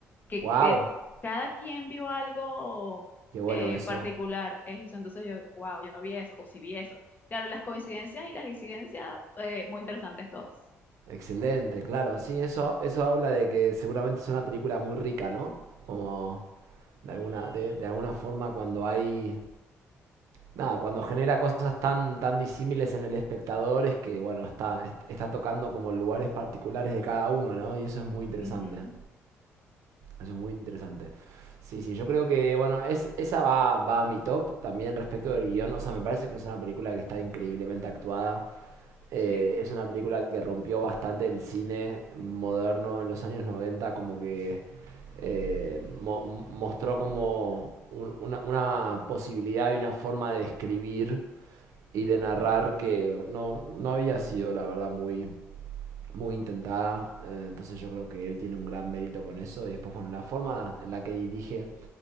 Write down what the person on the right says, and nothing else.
Wow.
Qué bueno
eso.
Excelente, claro, sí, eso, eso habla de que seguramente es una película muy rica, ¿no? Como de alguna, de, de alguna forma cuando hay, nada, cuando genera cosas tan, tan disímiles en el espectador es que, bueno, está, está tocando como lugares particulares de cada uno, ¿no? Y eso es muy interesante.
Eso es muy interesante. Sí, sí, yo creo que, bueno, es, esa va, va a mi top también respecto del guión. O sea, me parece que es una película que está increíblemente actuada. Eh,
es una película que rompió bastante el cine moderno en los años 90 como que eh, mo- mostró como un- una, una posibilidad y una forma de escribir y de narrar que no, no había sido, la verdad, muy muy intentada. eh, entonces yo creo que él tiene un gran mérito con eso. Y después, bueno, la forma en la que dirige,